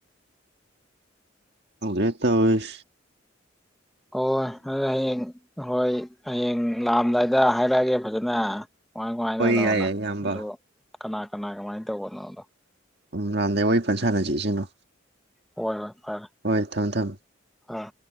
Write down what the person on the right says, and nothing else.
ꯈꯪꯗ꯭ꯔꯦ ꯇꯧꯋꯤꯁ
ꯍꯣꯏ
ꯌꯥꯏ ꯌꯥꯏ ꯏꯌꯥꯝꯕ
ꯎꯝ ꯂꯗꯦ ꯑꯣꯏ <unintelligible> ꯄꯟꯁꯥꯟꯅꯁꯦ <unintelligible> ꯢꯁꯤꯡꯅꯨ
ꯍꯣꯏ ꯊꯝꯃꯦ ꯊꯝꯃꯦ